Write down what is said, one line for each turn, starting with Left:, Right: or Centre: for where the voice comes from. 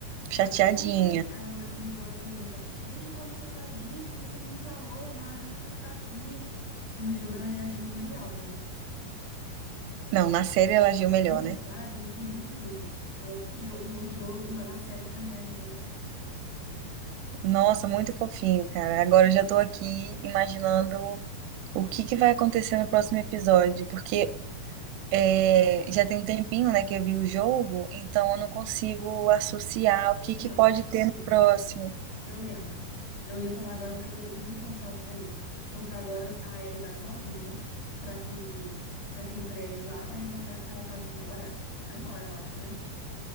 Right: chateadinha.
Left: Até quando você. Ela, eu lembro no jogo, ela pergunta: Desde quando você sabe disso? Porque você não me falou, não era nem pra você estar aqui. E no jogo ela reagiu melhor, né?
Right: Não, na série ela agiu melhor, né?
Left: Isso, ah, eu tô confundindo tudo. Mas No jogo, no jogo, na série ela reagiu melhor.
Right: Nossa, muito fofinho, cara. Agora
Left: E
Right: eu já tô aqui imaginando o que que vai acontecer no próximo episódio, porque é, já tem um tempinho, né, que eu vi o jogo, então eu não consigo associar
Left: Eu
Right: o que
Left: lembro.
Right: que pode ter no próximo.
Left: Eu lembro. Eu ia falar agora porque eu tô- também tô ansiosa pra isso. Porque agora a Ellie vai sozinha pra aquele, para aquele prédio lá pra encontrar com aquela tal de Nora. A Nora, eu acho, né?